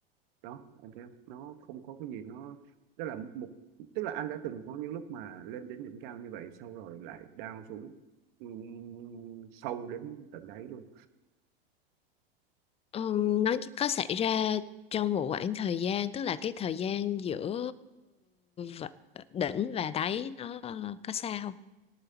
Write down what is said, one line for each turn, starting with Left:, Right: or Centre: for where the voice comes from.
Right: đó em thấy không? nó không có cái gì nó tức là một tức là anh đã từng có những lúc mà lên đến đỉnh cao như vậy sau rồi lại down xuống ừm, sâu đến tận đáy luôn
Left: ờ, nó chỉ có xảy ra trong một khoảng thời gian tức là cái thời gian giữa v- đỉnh và đáy nó có xa không